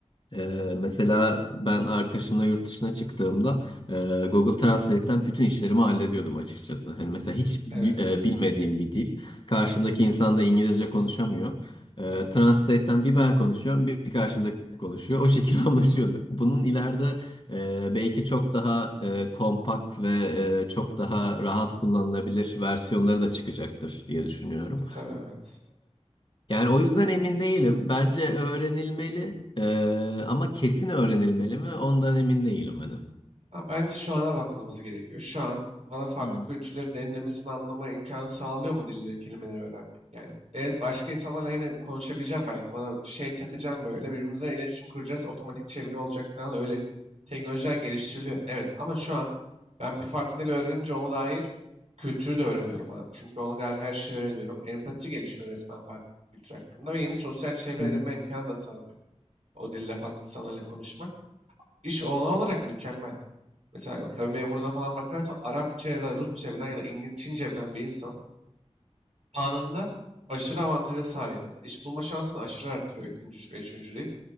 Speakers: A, on the left; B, on the right.
A: Ee, mesela ben arkadaşımla yurt dışına çıktığımda e, Google Translate'ten bütün işlerimi hallediyordum açıkçası. Hani mesela hiç
B: Evet.
A: e, bilmediğim bir dil. Karşımdaki insan da İngilizce konuşamıyor. Ee,
B: Aynen.
A: Translate'ten bir ben konuşuyorum, bir karşımdaki konuşuyor. O şekilde <laughs> anlaşıyorduk. Bunun ileride e, belki çok daha e, kompakt ve e, çok daha rahat kullanılabilir versiyonları da çıkacaktır diye düşünüyorum.
B: E, tabii evet.
A: Yani o yüzden emin değilim. Bence öğrenilmeli Ee, ama kesin öğrenilmeli mi? Ondan emin değilim hani.
B: Ha, bence şu ana bakmamız gerekiyor. Şu an bana farklı
A: Hmm.
B: kültürleri derinlemesine anlama imkanı sağlıyor mu dille kelimeleri öğrenmek yani? Evet başka insanlarla yine konuşabileceğim belki. Bana şey takacağım böyle birbirimize iletişim kuracağız. Otomatik çeviri olacak falan öyle teknolojiler geliştiriliyor. Evet ama şu an ben bir farklı dil öğrenince ona dair kültürü de öğreniyorum abi. Çünkü ona dair her şeyi öğreniyorum. Empati gelişiyor resmen farklı bir kültür hakkında ve yeni sosyal çevre
A: Hı
B: edinme
A: hı.
B: imkanı da sağlıyor. O dille farklı insanlarla konuşmak. İş olanağı olarak mükemmel. Mesela bak, kamu memuruna falan bakarsan Arapça ya da Rusça bilen ya da İngilizce, Çince bilen bir insan anında aşırı avantaja sahip. Mesela iş bulma şansını aşırı arttırıyor ikinci, üç- üçüncü değil.